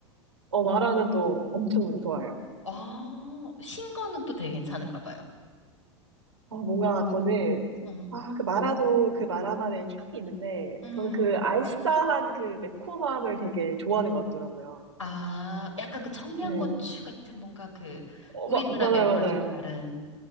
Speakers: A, on the right (about 70°); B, on the left (about 85°).
A: 어, 마라는 또 엄청 좋아해요.
B: 아, 신거는 또 되게 괜찮은가 봐요.
A: 어, 뭔가 저는,
B: 음,
A: 아, 그 마라도 그 마라만의 향이 있는데,
B: 음.
A: 저는 그 알싸한 그 매콤함을 되게 좋아하는 것 같더라고요.
B: 아, 약간 그 청양고추
A: 네.
B: 같은 뭔가 그
A: 어,
B: 우리나라
A: 마, 맞아요,
B: 매운
A: 맞아요.
B: 거랑 좀 다른.